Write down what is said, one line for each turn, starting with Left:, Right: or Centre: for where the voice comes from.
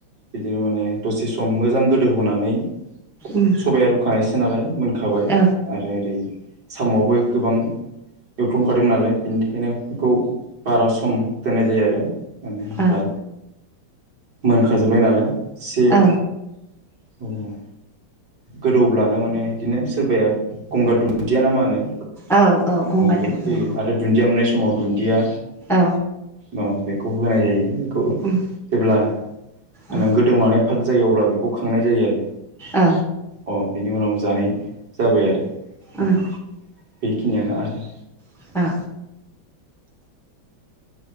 Right: बिदिनो माने दसे सम मोजां गोदौ होनानै
Centre: उम
Right: सबाया रुखानायसो नालाय मोनखाबाय
Centre: औ
Right: आरो ओरै साम'आबो गोबां एवथ्रमखादों नालाय बिनि थाखायनो बेखौ बारा सम दोननाय जायो आरो मानो होमब्ला
Centre: औ
Right: मोनखाजोबनाय नालाय एसे
Centre: औ
Right: ओम गोदौब्लानो माने बिदिनो सोरबाया गंगार दुन्दिया ना मा होनो
Centre: औ औ गंगार
Right: ओं बेफोरखौ
Centre: दुन्दिया
Right: होयो आरो दुन्दिया मोननाय समाव दुन्दिया
Centre: औ
Right: अ बेखौ होनाय जायो बेखौ जेब्ला
Centre: उम
Right: माने
Centre: औ
Right: गोदौनानै पाक जायो अब्ला बेखौ खांनाय जायो आरो।
Centre: औ
Right: अ बिनि उनाव जानाय जाबाय आरो
Centre: उम
Right: अ बेखिनियानो आरो।
Centre: औ